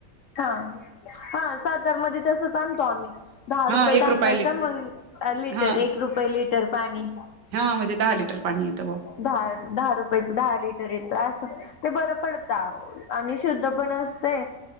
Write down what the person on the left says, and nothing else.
हा हा सातारमध्ये तसच आणतो आम्ही दहा
रुपये
टाकायचा
मग लिटर
एक रुपये लिटर पाणी
दहा दहा रुपयाचं दहा लिटर येतं असं ते बरं पडत अवो आणि शुद्ध पण असते